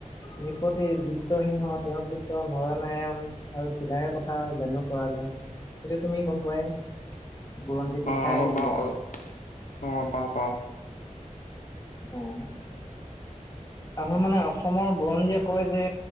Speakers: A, on the left; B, on the left.
A: নপটে বিশ্বসিংহ তেওঁৰ পুত্ৰ নৰনাৰায়ণ, আৰু চিলাই কথা জানিব পৰা যায়, সটো তুমি গম পোৱাই বুৰঞ্জিত, লিখাই
B: অ গম
A: আছে
B: পাওঁ
A: যিহেতু
B: অলপ অ গম পাওঁ পাওঁ
A: অ', আমাৰ মানে, অসমৰ বুৰঞ্জীয়ে কয় যে